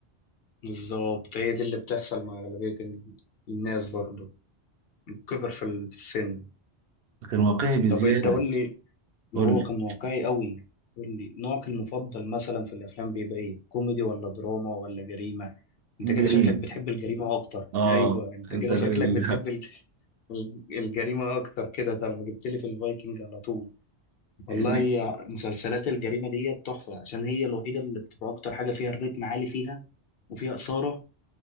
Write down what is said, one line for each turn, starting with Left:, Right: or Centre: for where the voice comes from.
Left: بالظبط هي دي اللي بتحصل مع أغلبية ال- الناس برضو الكبر في ال- في السن
Right: كان واقعي بزيادة
Left: طب أنت قول لي
Right: قول
Left: هو
Right: لي.
Left: كان واقعي قوي قول لي نوعك المفضل مثلا في الأفلام بيبقى إيه كوميدي ولا دراما ولا جريمة أنت
Right: الجريمة
Left: كده شكلك بتحب الجريمة أكتر
Right: آه
Left: أيوه أنت
Right: أنت
Left: كده
Right: راجل
Left: شكلك بتحب ال- ال- الجريمة أكتر كده طالما جبت لي في الفايكنج على طول والله
Right: <laughs>
Left: هي مسلسلات الجريمة دي تحفة عشان هي الوحيدة اللي بتبقى أكتر حاجة فيها الريتم عالي فيها وفيها إثارة